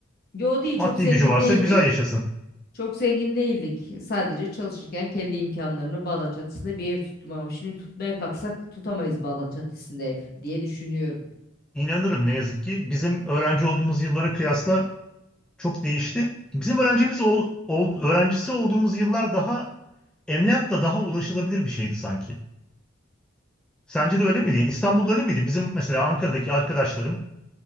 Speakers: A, on the left; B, in the centre.
A: Yo değil
B: maddi
A: çok zengin
B: gücü varsa
A: değildik.
B: güzel yaşasın.
A: Çok zengin değildik. Sadece çalışırken kendi imkanlarımla Bağdat Caddesi'nde bir ev tuttum ama şimdi tutmaya kalksak tutamayız Bağdat Caddesi'nde ev diye düşünüyorum.
B: İnanırım ne yazık ki bizim öğrenci olduğumuz yıllara kıyasla çok değişti. Bizim öğrencimiz ol, ol- öğrencisi olduğumuz yıllar daha emlakla daha ulaşılabilir bir şeydi sanki. Sence de öyle miydi? Yani İstanbul'da öyle miydi? Bizim mesela Ankara'daki arkadaşlarım